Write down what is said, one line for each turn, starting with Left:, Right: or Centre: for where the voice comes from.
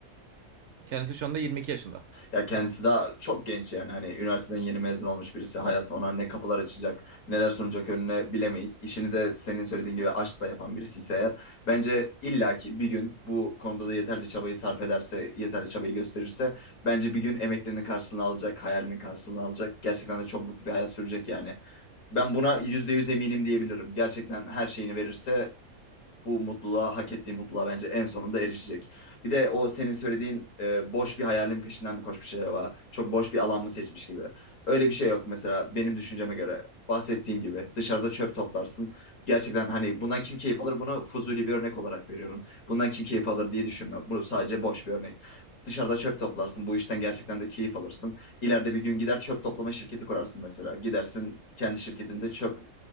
Right: Kendisi şu anda 22 yaşında.
Left: Ya kendisi daha çok genç yani hani üniversiteden yeni mezun olmuş birisi hayat ona ne kapılar açacak neler sunacak önüne bilemeyiz. İşini de senin söylediğin gibi aşkla yapan birisi ise eğer bence illaki bir gün bu konuda da yeterli çabayı sarf ederse yeterli çabayı gösterirse bence bir gün emeklerinin karşılığını alacak hayalinin karşılığını alacak gerçekten de çok mutlu bir hayat sürecek yani. Ben buna %100 eminim diyebilirim gerçekten her şeyini verirse bu mutluluğa, hak ettiği mutluluğa bence en sonunda erişecek. Bir de o senin söylediğin e, boş bir hayalin peşinden mi koşmuş acaba? Çok boş bir alan mı seçmiş gibi. Öyle bir şey yok mesela benim düşünceme göre. Bahsettiğim gibi dışarıda çöp toplarsın. Gerçekten hani bundan kim keyif alır? Buna fuzuli bir örnek olarak veriyorum. Bundan kim keyif alır diye düşünme. Bu sadece boş bir örnek. Dışarıda çöp toplarsın. Bu işten gerçekten de keyif alırsın. İleride bir gün gider çöp toplama şirketi kurarsın mesela. Gidersin kendi şirketinde çöp